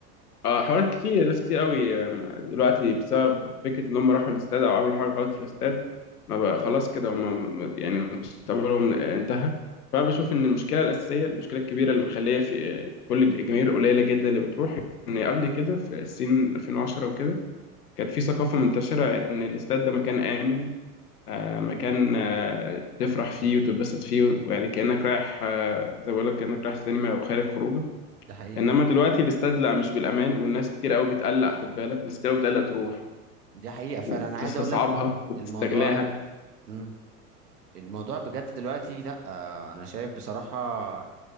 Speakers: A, on the left; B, on the right.
A: اه حوارات كتير ناس كتير قوي آم، دلوقتي بسبب فكرة إن هم راحوا الاستاد أو عملوا حاجة غلط في الاستاد ما بقى خلاص كده هم م- يعني مستقبلهم انتهى فأنا بشوف إن المشكلة الأساسية المشكلة الكبيرة اللي مخلية في آه، كل الجماهير قليلة جدا اللي بتروح إن قبل كده في السين 2010 وكده كانت في ثقافة منتشرة إن الاستاد ده مكان آمن آه، مكان آه، تفرح فيه وتتبسط فيه ويعني كأنك رايح آه، زي ما بقول لك كأنك رايح سينما أو خارج خروجه
B: ده حقيقة
A: انما دلوقتي الاستاد لا مش بالامان والناس كتير قوي بتقلق خد بالك ناس كتير قوي بتقلق تروح
B: دي حقيقة فعلا
A: وبتستصعبها
B: انا عايز اقول لك ب-
A: وبتستغلاها
B: الموضوع مم. الموضوع بجد دلوقتي لا آه، انا شايف بصراحة آه،